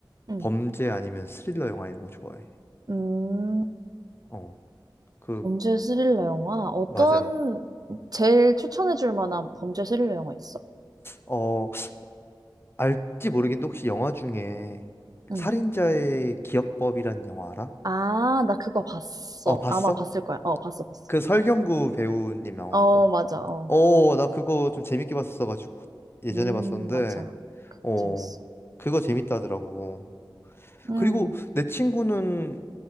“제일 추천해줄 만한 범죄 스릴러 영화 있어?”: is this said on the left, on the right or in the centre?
Right